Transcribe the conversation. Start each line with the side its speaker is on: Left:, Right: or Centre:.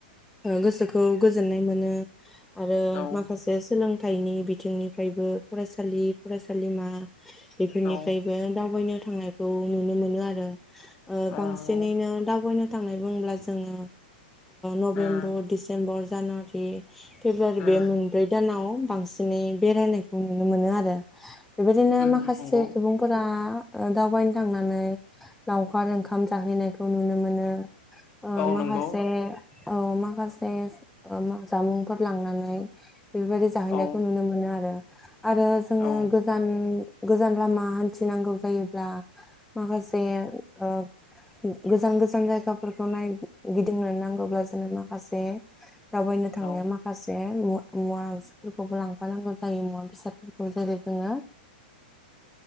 Centre: गोसोखौ गोजोननाय मोनो आरो
Left: औ
Centre: माखासे सोलोंथाइनि बिथिंनिफ्रायबो फरायसालि फरायसालिमा बेफोरनिफ्राय
Left: औ
Centre: दावबायनो थांनायखौ नुनो मोनो आरो
Left: औ नंगौ
Centre: बांसिनैनो दावबायनो थांनाय बुङोब्ला जोङो
Left: उम
Centre: नभेम्बर डिसेम्बर जानुवारि फेब्रुवारि
Left: उम
Centre: बे मोनब्रै दानाव बांसिनै बेरायनायखौ नुनो मोनो आरो बेबायदिनो
Left: उम
Centre: माखासे
Left: नंगौ
Centre: सुबुं फोर दावबायनो थांनानै लावखार ओंखाम जाहैनायखौ नुनो मोनो ओ
Left: औ
Centre: महा
Left: नंगौ
Centre: मासे औ माखासे जामुंफोर लांनानै बेफोरबायदि जाहैनायखौ
Left: औ
Centre: नुनो मोनो आरो जोङो
Left: औ
Centre: ज गोजान लामा हान्थिनांगौ जायोब्ला माखासे ओ गोजान गोजान जायगाफोरखौ नाय गिदिंनो नांगौब्ला जोंनो माखासे दावबायनो थांनायाव
Left: औ
Centre: माखासे मुवा फोरखौबो लांफानांगौ जायो मुवा बेसाद जेरै जोङो